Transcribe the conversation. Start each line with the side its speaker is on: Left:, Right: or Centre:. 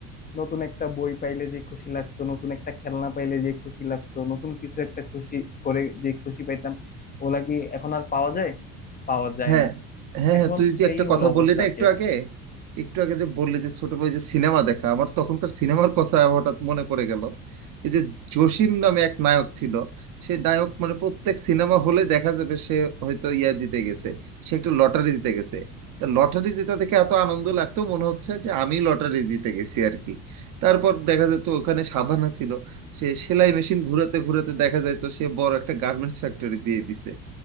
Left: নতুন একটা বই পাইলে যে খুশি লাগতো নতুন একটা খেলনা পাইলে যে খুশি লাগতো নতুন কিছু একটা খুশি করে যে খুশি পাইতাম ওগুলা কি এখন আর পাওয়া যায় পাওয়া যায়
Right: হ্যাঁ
Left: না
Right: হ্যাঁ হ্যাঁ
Left: এখন
Right: তুই যে একটা
Left: এই
Right: কথা
Left: হলো অবস্থা
Right: বললি না
Left: আর
Right: একটু
Left: কি
Right: আগে একটু আগে যে বললি যে ছোট ভাই যে সিনেমা দেখা আমার তখনকার সিনেমার কথা হঠাৎ মনে পড়ে গেল এই যে জসিম নামে এক নায়ক ছিল সে নায়ক মানে প্রত্যেক সিনেমা হলে দেখা যাবে সে হয়তো ইয়া জিতে গেছে সে একটু লটারি জিতে গেছে তা লটারি জেতা দেখে এত আনন্দ লাগতো মনে হচ্ছে যে আমি লটারি জিতে গেছি আর কি তারপর দেখা যেত ওখানে সাবানা ছিল সে সেলাই মেশিন ঘুরাতে ঘুরাতে দেখা যেত সে বড় একটা গার্মেন্টস ফ্যাক্টরি দিয়ে দিছে